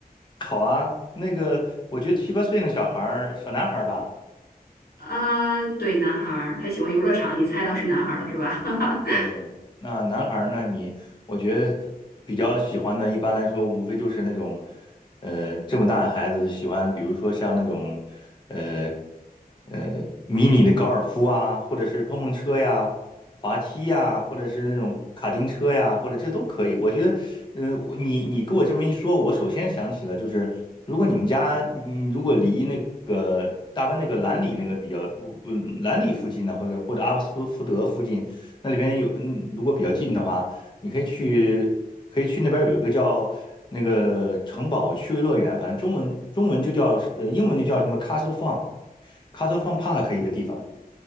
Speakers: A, on the left; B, on the left.
A: 好啊。那个，我觉得七八岁那小孩儿，小男孩儿吧，
B: 啊，对，男孩儿，他喜欢游乐场，你猜到是男孩儿了是吧？<laughs>
A: 对，那男孩儿呢？你我觉得呃比较喜欢的，一般来说无非就是那种，呃，这么大的孩子喜欢，比如说像那种，呃，呃，迷你的高尔夫啊，或者是碰碰车呀、滑梯呀，或者是那种卡丁车呀，或者这都可以。我觉得，呃，我你你跟我这么一说，我首先想起了就是，如果你们家，嗯，如果离那个大温那个兰里那个比较不不兰里附近呢，或者或者阿布斯福德附近。那里边有，嗯，如果比较近的话，你可以去，可以去那边有一个叫那个城堡趣味乐园，反正中文中文就叫，呃，英文就叫什么 Castle Fun，Castle Fun Park 一个地方，